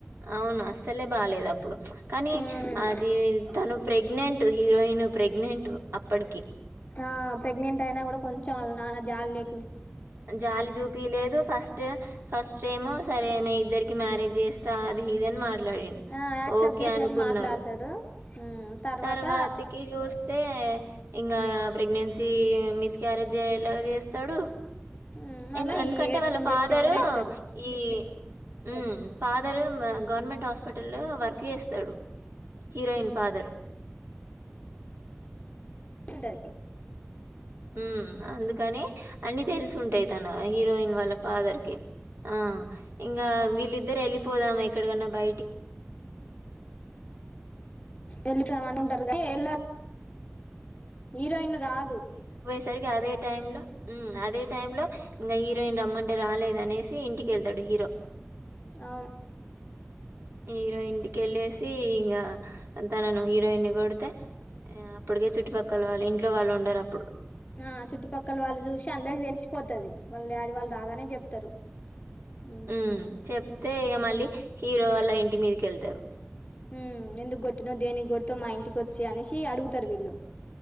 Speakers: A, on the right; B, on the left.
A: అవును అస్సలే బాలేదు అప్పుడు కానీ
B: ఆ
A: అదీ తను ప్రెగ్నెంట్ హీరోయిన్ ప్రెగ్నెంట్ అప్పటికి
B: హా ప్రెగ్నెంట్ అయినా కూడా కొంచెం ఆల్నాన్న జాల్లే
A: జాలి జూపియ్య లేదు ఫస్ట్ ఫస్ట్ ఏమో సరే మీ ఇద్దర్కి మ్యారేజ్ జేస్తా అది ఇదని మాట్లాడిండ్
B: ఆ యాక్సెప్ట్
A: ఓకే
B: చేసినట్టు
A: అనుకున్నరు
B: మాట్లాడతాడు ఉమ్ తర్వాత
A: తర్వాతికి చూస్తే ఇంగా ప్రెగ్నె స్సీ మిస్ క్యారేజయ్యేలాగా చేస్తాడు
B: ఉమ్ మళ్ళా
A: ఎందు ఎందుకంటే
B: ఈ ఎయిడ్స్
A: వాళ్ళ
B: ఇంజెక్షన్
A: ఫాదరూ
B: కూడా వేస్తాడు
A: ఈ మ్ ఫాదరు గవర్నమెంట్ హాస్ప పటల్లో వర్క్ చేస్తడు హీరోయిన్ ఫాదర్
B: ఉంటది
A: ఉ అందుకనే అన్ని తెల్సుంటయి తన హీరోయిన్ వాళ్ళ ఫాదర్కి ఆ ఇంగా వీళ్ళిద్దరు ఎళ్ళిపోదామా ఎక్కడికన్నా బయటికి
B: ఎల్లిపోదామన్కుంటారు గానీ వెళ్లారు హీరోయిన్ను రాదు
A: సరికిగా అదే టైంలో ఉమ్ అదే టైంలో ఇంగ హీరోయిన్ రమ్మంటే రాలేదనేసి ఇంటికెళ్తడు హీరో
B: అవునా
A: హీరో ఇంటిక్కెళ్ళేసీ ఇంగా తనను హీరోయిన్ని కొడితే అప్పటికే చుట్టుపక్కల వాళ్ళు ఇంట్లో వాళ్ళుండరప్
B: ఆ చుట్టుపక్కల వాళ్ళు జూసి అందర్కి తెల్సిపోతది వాళ్ళు డాడీ వాళ్ళు రాగానే చెప్తారు ఉమ్
A: ఉ చెప్తే ఇగ మళ్ళీ హీరో వాళ్ళంటి మీదికెళ్తరూ
B: హు ఎందుకొట్టినవ్ దేనిక్కొడ్తవ్ మా ఇంటికొచ్చి అనేసి అడుగుతరు వీళ్ళు